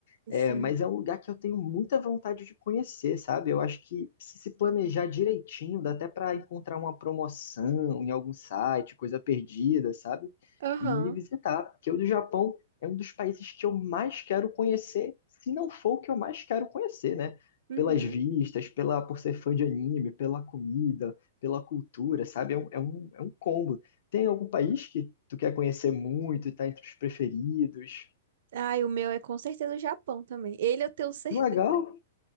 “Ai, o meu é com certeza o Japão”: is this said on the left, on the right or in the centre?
Right